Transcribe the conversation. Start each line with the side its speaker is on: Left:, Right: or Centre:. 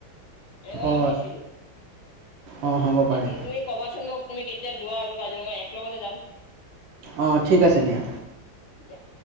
Left: এনেকুৱা
Right: অ
Left: মই শুনিছিলো।
Right: অ হ'ব পাৰে
Left: ঠিক তুমি ক'বাচোন মোক তুমি কেতিয়া যোৱা আৰু কাজিৰঙা এক লগগতে যাম
Right: অ ঠিক আছে দিয়া।
Left: তেতিয়া